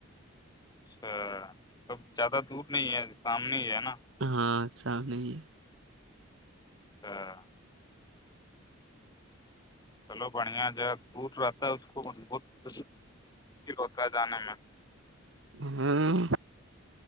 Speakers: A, on the left; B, on the right.
A: اچھا کب زیادہ دور نہیں ہے سامنے ہی ہے نا
B: ہاں سام نہیں ہے
A: ہاں چلو بڑھیا ج ہے دوور رہتا ہے اس کو بت مشکل ہوتا ہے جانے میں
B: ہوں